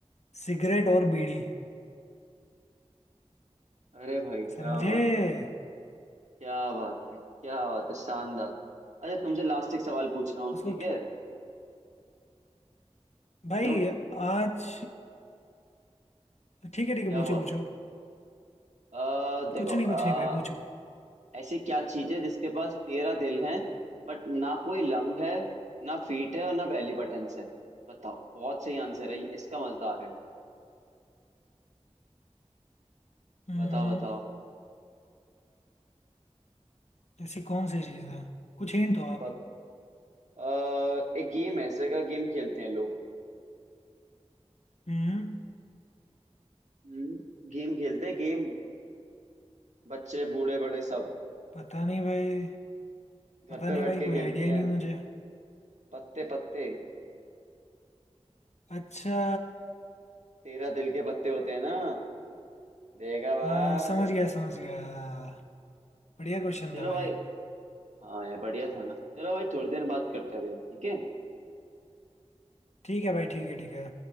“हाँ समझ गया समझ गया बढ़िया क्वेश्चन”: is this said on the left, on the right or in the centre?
Left